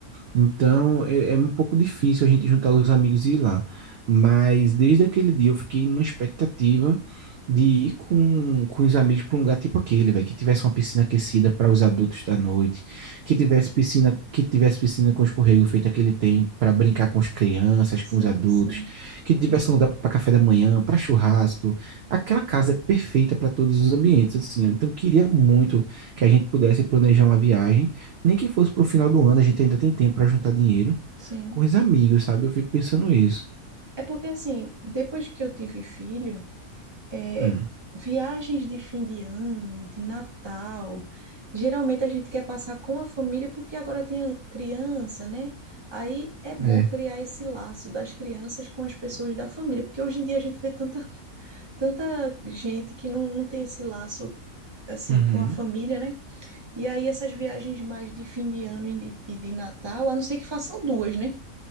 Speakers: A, on the right; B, on the right.
A: então, é, é um pouco difícil a gente juntar os amigos e ir lá. Mas desde aquele dia eu fiquei numa expectativa de ir com, com os amigos para um lugar tipo aquele, velho, que tivesse uma piscina aquecida para os adultos da noite, que tivesse piscina, que tivesse piscina com escorrego feito aquele tem para brincar com as crianças,
B: Sim,
A: com os adultos,
B: sim,
A: que tivesse um lugar para café da manhã, para churrasco. Aquela casa perfeita para todos os ambientes, assim. Então, queria muito que a gente pudesse planejar uma viagem nem que fosse pro final do ano, a gente ainda tem tempo pra juntar dinheiro
B: sim.
A: com os amigos, sabe? Eu fico pensando isso.
B: É porque assim, depois que eu tive filho, é,
A: Hum.
B: viagens de fim de ano, de Natal. Geralmente a gente quer passar com a família porque agora tem criança, né? Aí é bom
A: É.
B: criar esse laço das crianças com as pessoas da família, porque hoje em dia a gente vê tanta, tanta gente que não, não tem esse laço assim
A: Uhum.
B: com a família, né? E aí essas viagens mais de fim de ano e de, e de Natal, a não ser que façam duas, né?